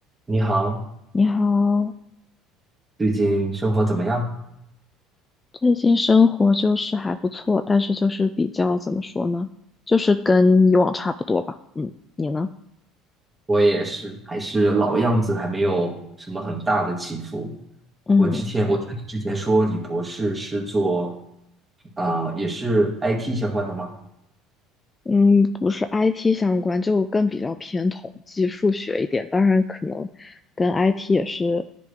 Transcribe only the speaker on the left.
你好，
最近生活就是还不错，但是就是比较怎么说呢，就是跟以往差不多吧。嗯，你呢？
嗯
嗯，不是 IT 相关，就更比较偏统计、数学一点，当然可能跟 IT 也是